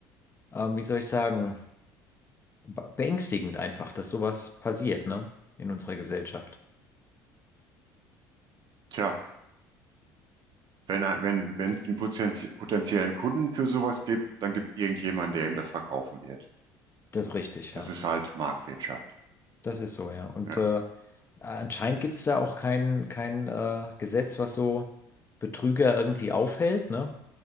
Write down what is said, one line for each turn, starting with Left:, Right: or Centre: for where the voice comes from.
Left: ähm, wie soll ich sagen, be- beängstigend einfach, dass sowas passiert, ne? In unserer Gesellschaft.
Right: Tja. Wenn ein- wenn, wenn es einen potenzie- potenziellen Kunden für sowas gibt, dann gibt es irgendjemanden, der ihm das verkaufen wird.
Left: Das ist richtig,
Right: Das
Left: ja.
Right: ist halt Marktwirtschaft.
Left: Das ist so, ja. Und
Right: Ja.
Left: äh, anscheinend gibt es da auch kein, kein äh, Gesetz, was so Betrüger irgendwie aufhält, ne?